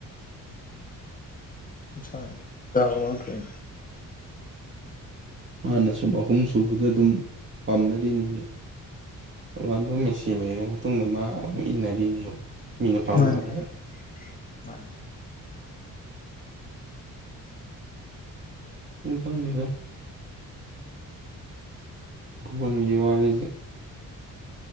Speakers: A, on the left (about 25°); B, on the right (about 35°).
A: <inaudible> <unintelligible>
B: ꯃꯥꯅ ꯁꯨꯝ ꯑꯍꯨꯝ ꯁꯨꯕꯗ ꯑꯗꯨꯝ ꯄꯥꯝꯅꯔꯤ ꯅꯨꯃꯤꯠ ꯥꯟꯗ ꯃꯦꯆꯤꯟ ꯂꯩꯔꯕ ꯃꯇꯨꯡꯗ ꯃꯥ ꯑꯃꯨꯛ ꯏꯟꯅꯔꯤꯅꯦꯕ ꯃꯤꯅ ꯄꯥꯝꯅꯔꯕꯗ
A: ꯃꯥꯅꯤ <inaudible>
B: ꯏ ꯈꯜꯅꯤꯗ ꯐꯣꯟꯒꯤꯋꯔꯤꯁꯦ꯫